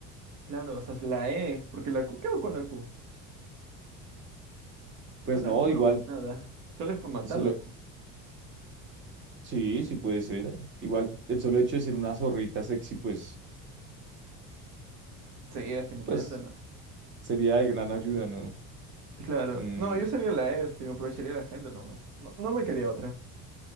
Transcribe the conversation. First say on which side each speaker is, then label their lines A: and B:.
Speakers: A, on the right; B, on the right.
A: Claro, o sea, es la E. Porque la Q, ¿qué hago con la Q?
B: Pues
A: Con la
B: no,
A: Q no
B: igual,
A: hago nada. Solo es para matar
B: solo,
A: la q.
B: sí, sí puede ser. Igual, el solo hecho de ser una zorrita sexy, pues,
A: Sí, definitivamente,
B: pues,
A: ¿no?
B: sería de gran ayuda, ¿no?
A: Claro.
B: Mm,
A: No, yo sería la este, me aprovecharía de la gente nomás. No, no me quería otra.